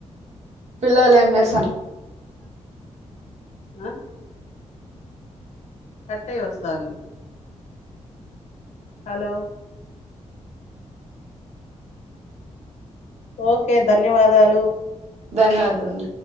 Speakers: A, on the right; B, on the left.
A: పిల్లలు ఏం చేస్తాను
B: ఆ కట్టయి వస్తాంది హలో ఓకే ధన్యవాదాలు
A: ధన్యవాదాలు